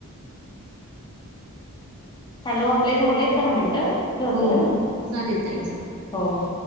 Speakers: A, on the left; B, on the right.
A: हॅलो आपले झालेत दहा मिंट ठेवते
B: हो हो
A: आम्ही
B: चालेल ताई
A: हो
B: चालेल.
A: हो हो